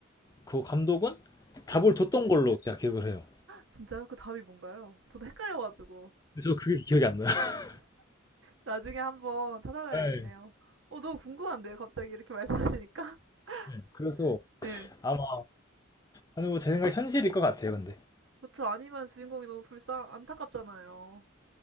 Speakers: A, on the left (about 20°); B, on the right (about 70°).
A: 그 감독은 답을
B: 네.
A: 줬던 걸로 제가 기억을 해요.
B: 진짜요? 그 답이 뭔가요? 저도 헷갈려가지고.
A: 근데 저 그게 기억이 안 나요. <laughs>
B: 나중에 한번 찾아봐야겠네요.
A: 네.
B: 어, 너무 궁금한데요? 갑자기 이렇게 말씀하시니까?
A: 네. 그래서
B: <laughs> 네.
A: 아마 아니 뭐 제 생각 현실일 것 같아요 근데
B: 그쵸. 아니면 주인공이 너무 불쌍, 안타깝잖아요.